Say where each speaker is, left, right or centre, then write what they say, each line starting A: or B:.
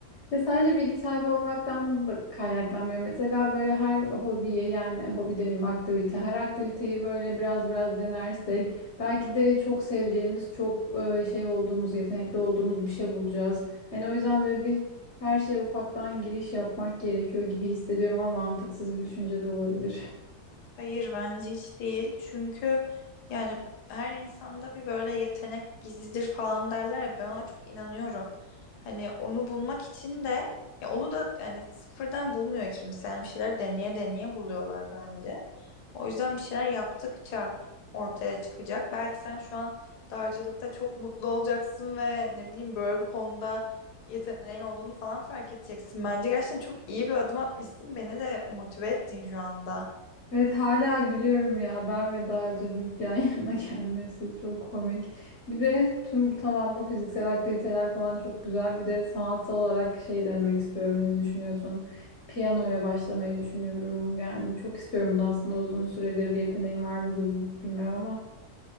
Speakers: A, on the left (about 55°); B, on the left (about 85°).
A: Ya sadece bilgi sahibi olmaktan da kaynaklanmıyor. Mesela böyle her hobiye yani hobi demeyeyim aktivite, her aktiviteyi böyle biraz biraz denersek belki de çok seveceğimiz, çok e, şey olduğumuz, yetenekli olduğumuz bir şey bulacağız. Hani o yüzden böyle bir her şeye ufaktan giriş yapmak gerekiyor gibi hissediyorum ama mantıksız bir düşünce de olabilir.
B: Hayır bence hiç değil. Çünkü yani her insanda bir böyle yetenek gizlidir falan derler ya ben ona çok inanıyorum. Hani onu bulmak için de ya onu da yani sıfırdan bulmuyor kimse. Yani bir şeyler deneye deneye buluyorlar bence. O yüzden bir şeyler yaptıkça ortaya çıkacak. Belki sen şu an dağcılıkta çok mutlu olacaksın ve ne bileyim böyle bir konuda yeteneğin olduğunu falan fark edeceksin. Bence gerçekten çok iyi bir adım atmışsın. Beni de motive ettin şu anda.
A: Evet hala gülüyorum ya ben ve dağcılık yan yana <laughs> gelmesi çok komik. Bir de tüm tamam bu fiziksel aktiviteler falan çok güzel. Bir de sanatsal olarak şey denemek istiyorum. Ne düşünüyorsun? Piyanoya başlamayı düşünüyorum. Yani çok istiyorum bunu aslında uzun süredir yeteneğim var mıdır bilmem ama.